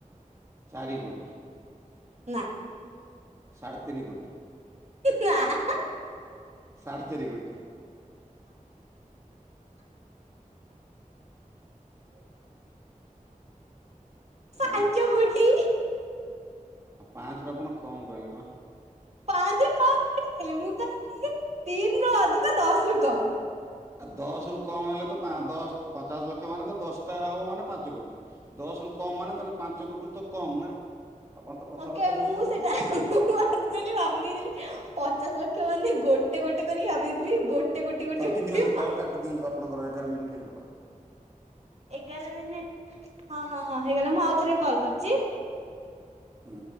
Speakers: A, on the right; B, on the right.
A: ଚାରି କୋଟି
B: ନା।
A: ସାଢ଼େ ତିନି କୋଟି
B: ନାଁ।
A: ସାଢ଼େ ଚାରି କୋଟି
B: ପାଞ୍ଚ
A: ପା
B: କୋଟି
A: ପାଞ୍ଚରୁ ଆପଣ କମ୍ କହିଲେ ବା
B: ପାଞ୍ଚ ରୁ କଣ କହିଥିଲି ମୁଁ କହିଲି ତିନି ରୁ ଅଧିକ ଦଶ ରୁ କମ୍
A: ଆ ଦଶ ରୁ କମ ହେଲେ ତ ପା ଦଶ ପଚାଶ ଲକ୍ଷ ମାନେ ତ ଦଶଟା ହବ ମାନେ ପାଞ୍ଚ କୋଟି। ଦଶ ରୁ କମ ମାନେ ତାହେଲେ ପାଞ୍ଚ କୋଟିରୁୁ ତ କମ ନା? ଆପଣ ତ କଥାବାର୍ତ୍ତା
B: ଓକେ ମୁଁ
A: ଭୁଲ କରୁଛନ୍ତି।
B: ସେଇଟା ଭାବି ଦେଇଥିଲି ପଚାଶଲକ୍ଷ ମାନେ ଗୋଟେ ଗୋଟେ କରିକି ଭାବି ଦେଇଥିଲି ଗୋଟାଏ ଗୋଟେ ଗୋଟେ
A: କାଟି ଦିଅନ୍ତୁ କଲ୍ କାଟି ଦିଅନ୍ତୁ ଆପଣଙ୍କର ଏଗାର ମିନିଟ୍ ହେଇଗଲା
B: ଏଗାର ମିନିଟ ହଁ ହଁ ହଁ ହେଇଗଲା ମୁଁ ଆଉ ଥରେ କଲ କରୁଛି।
A: ହୁଁ।